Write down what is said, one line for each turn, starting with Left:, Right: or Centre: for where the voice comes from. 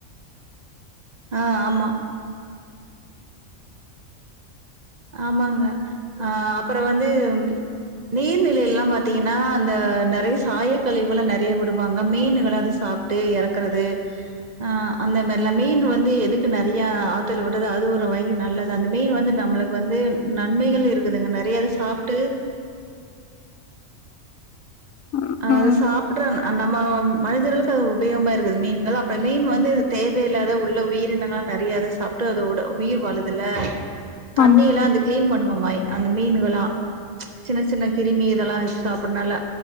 Right: ஆ ஆமா ஆமாங்க ஆ அப்பறோ வந்து நீர்நிலை எல்லா பாத்தீங்கன்னா அந்த நெறைய சாயக்கழிவுல்லா நெறைய விடுவாங்க மீன்கள் அத சாப் ட்டு எறக்குறது ஆ அந்த மாரில்லா மீன் வந்து எதுக்கு நெறையா ஆத்துல விடுறது அது ஒரு வகி நல்லது அந்த மீன் வந்து நம்மளுக்கு வந்து நன்மைகள் இருக்குதுங்க நெறையா இத சாப்ட்டு
Left: ம்
Right: ஆ
Left: ம்
Right: அது சாப்ட்றமா நம்ம மனிதர்களுக்கு அது உபயோகமா இருக்குது மீன்கள் அப்ப மீன் வந்து தேவையில்லாத உள்ள உயிரினங் நெறைய இத சாப்ட்டு அது உட உயிர் வாழுதுல தண்ணியெல்லா
Left: ஆமா
Right: அந்த கிளீன் பண்ணுமாமா அந்த மீனுகல்லா சின்ன சின்ன கிருமி இதெல்லா சாப்டனால